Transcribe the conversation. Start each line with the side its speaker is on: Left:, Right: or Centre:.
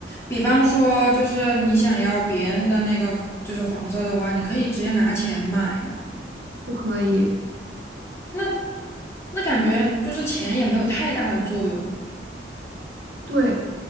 Left: 比方说，就是你想要别人的那个就是黄色的话，你可以直接拿钱买吗？
Right: 不可以，
Left: 那那感觉就是钱也没有太大的作用。
Right: 对